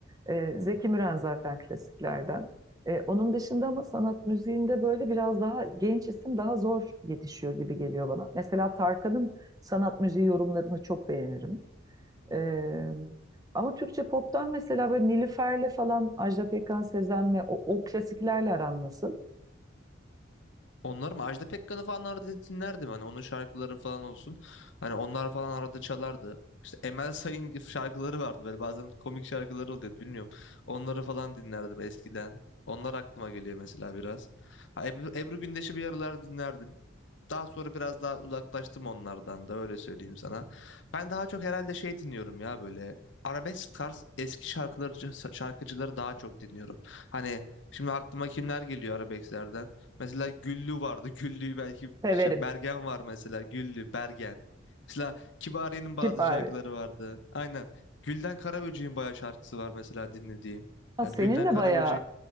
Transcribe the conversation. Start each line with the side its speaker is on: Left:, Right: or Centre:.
Right: E, Zeki Müren zaten klasiklerden. E, onun dışında ama sanat müziğinde böyle biraz daha genç isim daha zor yetişiyor gibi geliyor bana. Mesela Tarkan'ın sanat müziği yorumlarını çok beğenirim. E, ama Türkçe pop'tan mesela böyle Nilüfer'le falan Ajda Pekkan, Sezen'le o, o klasiklerle aran nasıl?
Left: Onlar mı? Ajda Pekkan'ı falan arada dinlerdim. Hani onun şarkıları falan olsun. Hani onlar falan arada çalardı. İşte Emel Sayın gibi şarkıları vardı. Böyle bazen komik şarkıları oluyordu. Bilmiyorum. Onları falan dinlerdim eskiden. Onlar aklıma geliyor mesela biraz. Ha, Ebru, Ebru Gündeş'i bir aralar dinlerdim. Daha sonra biraz daha uzaklaştım onlardan da öyle söyleyeyim sana. Ben daha çok herhalde şey dinliyorum ya böyle. Arabesk tarz eski şarkıları, şarkıcıları daha çok dinliyorum. Hani şimdi aklıma kimler geliyor arabesklerden? Mesela Güllü vardı. <laughs> Güllü belki
Right: Severim.
Left: şey, Bergen var mesela. Güllü, Bergen. Mesela Kibariye'nin bazı
Right: Kibar.
Left: şarkıları vardı. Aynen. Gülden Karaböcek'in bayağı şarkısı var mesela dinlediğim.
Right: Ha,
Left: Yani
Right: Senin
Left: Gülden
Right: de
Left: Karaböcek.
Right: bayağı